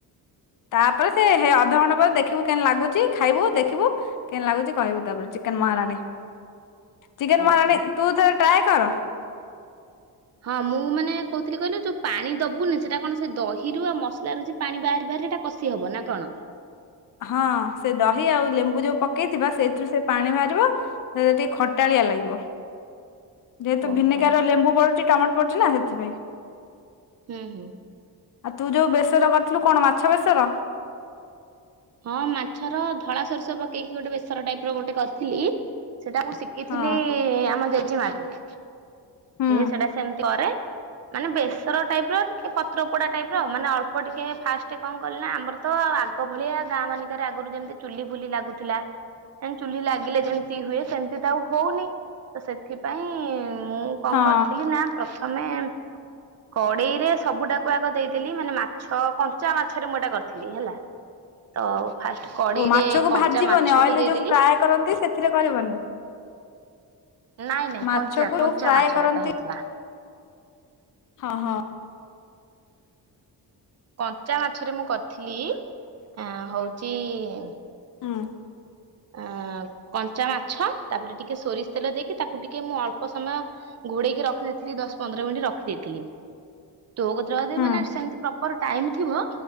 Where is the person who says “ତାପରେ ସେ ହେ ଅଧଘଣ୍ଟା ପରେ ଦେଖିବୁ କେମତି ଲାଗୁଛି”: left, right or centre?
Left